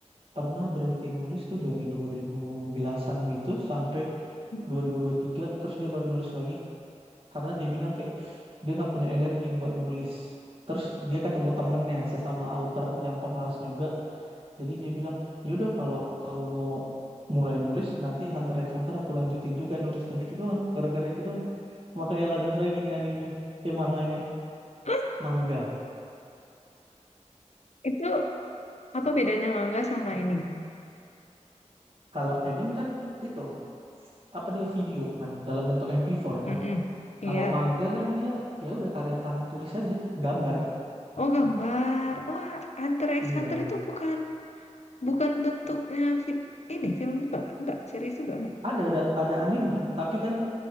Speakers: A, on the right; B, on the left.
A: pernah berhenti nulis tuh dari dua ribu an gitu sampai
B: Mhm.
A: dua ribu dua ribu tiga terus dia baru nulis lagi karena dia bilang kayak dia nggak punya energi buat nulis terus dia ketemu temennya sesama author yang pemalas juga jadi dia bilang yaudah kalau kau mau mulai nulis nanti Hunter x Hunter aku lanjutin juga nulisnya gitu doang gara-gara itu doang makanya lanjut lagi nih animenya eh manganya
B: Oh.
A: manga
B: Itu apa bedanya mangga sama ini?
A: kalau anime kan itu apa dia video kan dalam bentuk MP4
B: Mm-mm.
A: kan
B: Iya.
A: Kalau manga kan dia ya udah karya tangan tulis aja, gambar.
B: Oh, gambar. Oh, Hunter x
A: Iya,
B: Hunter itu bukan bukan bentuknya fi- ini film juga nggak? Enggak, series juga enggak.
A: ada ada ada animnya, tapi kan